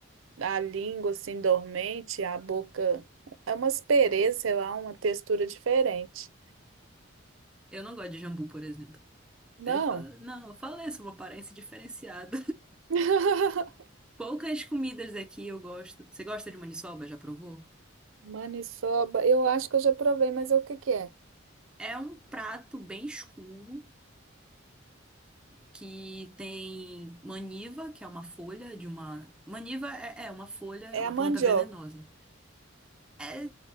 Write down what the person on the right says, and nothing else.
da língua, assim, dormente, a boca. É uma aspereza, sei lá, uma textura diferente.
Não.
<laughs>
Maniçoba, eu acho que eu já provei, mas é o que que é?
É
a mandioca,